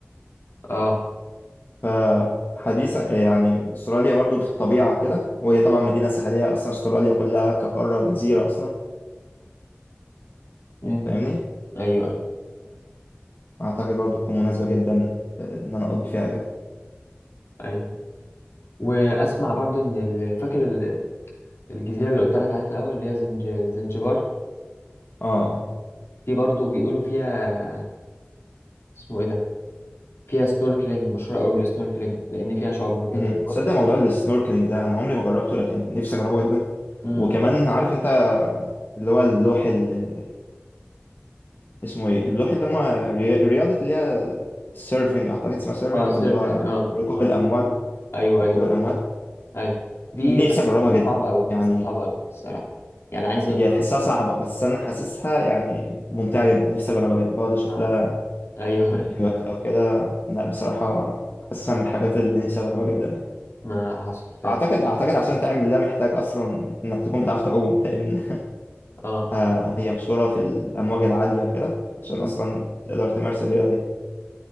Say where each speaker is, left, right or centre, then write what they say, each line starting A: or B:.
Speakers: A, on the left; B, on the left.
A: اه
B: فحديثا آه، يعني استراليا برضو في الطبيعه وكده وهي طبعا مدينه ساحليه اصلا استراليا كلها كقاره جزيره اصلا
A: امم
B: فاهمني
A: ايوه ايوه
B: اعتقد برضو تكون مناسبه جدا آه، ان انا اقضي فيها اجازه
A: ايوه واسمع برضو ان ال- فاكر ال- الجزيرة اللي قلت لك عليها في الاول اللي هي زنج... زنجبار
B: اه آه.
A: دي برضو بيقولوا فيها اسمه ايه ده فيها سنوركلينج مشهورة قوي بالسنوركلينج لان فيها شعاب مرجانية
B: مم.
A: بص
B: تصدق موضوع السنوركلينج ده انا عمري ما جربته لكن نفسي اجربه جدا
A: امم
B: وكمان عارف انت اللي هو اللوح اللي اسمه ايه اللوح اللي هم ري- رياضة اللي هي السيرفنج اعتقد اسمها سيرفنج
A: اه سيرفين
B: او اللي هو
A: اه
B: ركوب
A: اه
B: الامواج
A: ايوه ايوه
B: ركوب
A: كنت-
B: الامواج
A: ايوه دي
B: دي
A: بس
B: نفسي اجربها
A: تحسها
B: جدا
A: صعبة أوي تحسها
B: يعني
A: صعبة أوي الصراحة يعني عايزة
B: هي
A: دراسة
B: تحسها صعبة بس انا حاسسها يعني ممتعة جدا نفسي اجربها جدا بقعد اشوف
A: آه.
B: لها
A: ايوه
B: فيديوهات او كده لا بصراحة حاسسها من الحاجات اللي نفسي اجربها جدا يعني
A: <laughs> ما حصل فعلا
B: اعتقد اعتقد عشان تعمل ده محتاج اصلا انك تكون بتعرف تعوم لان
A: اه
B: آه، هي مشهورة في الأمواج العالية وكده عشان
A: مم.
B: أصلا تقدر تمارس الرياضة دي